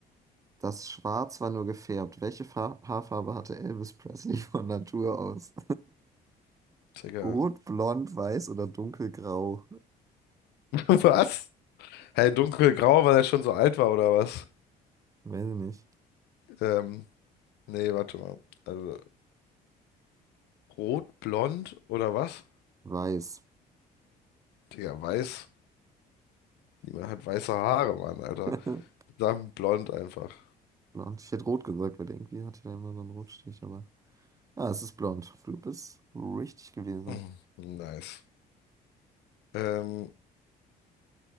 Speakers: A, on the right; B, on the left.
A: das Schwarz war nur gefärbt. Welche Fa Haarfarbe hatte Elvis Presley von Natur aus?
B: Digga.
A: Rot, blond, weiß oder dunkelgrau?
B: <laughs> Was? Hey, dunkelgrau, weil er schon so alt war oder was?
A: Weiß ich nicht.
B: Ähm, nee, warte mal. Also, Rot, blond oder was?
A: Weiß.
B: Digga, weiß. Niemand hat weiße Haare, Mann, Alter.
A: <laughs>
B: Sagen blond einfach.
A: Blond. Ich hätte rot gesagt, weil irgendwie hatte er immer so einen Rotstich, aber. Ah, es ist blond. Du bist richtig gewesen.
B: Mhm. Nice. Ähm,